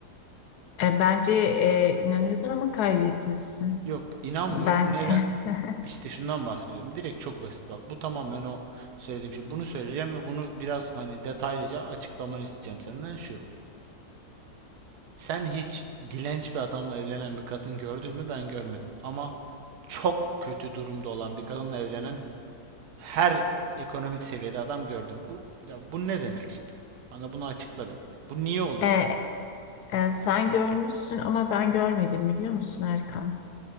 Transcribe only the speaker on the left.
E, bence e, inanıyordun ama kaybetmişsin.
Ben
<laughs>
e,
e, sen görmüşsün ama ben görmedim biliyor musun Erkan?